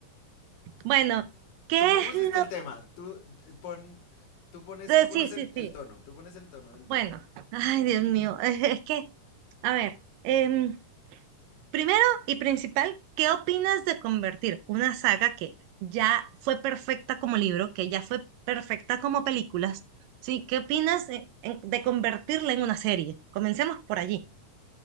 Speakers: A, on the right; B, on the left.
A: Bueno, ¿qué
B: Tú propusiste
A: es lo...?
B: el tema, tú eh, pon, tú pones,
A: eh,
B: tú pones
A: sí, sí,
B: el, el
A: sí.
B: tono, tú pones el tono del tema.
A: Bueno, ay, Dios mío. Es, es que, a ver, em, primero y principal, ¿qué opinas de convertir una saga que ya fue perfecta como libro, que ya fue perfecta como películas? ¿Sí? ¿Qué opinas de, en- de convertirla en una serie? Comencemos por allí.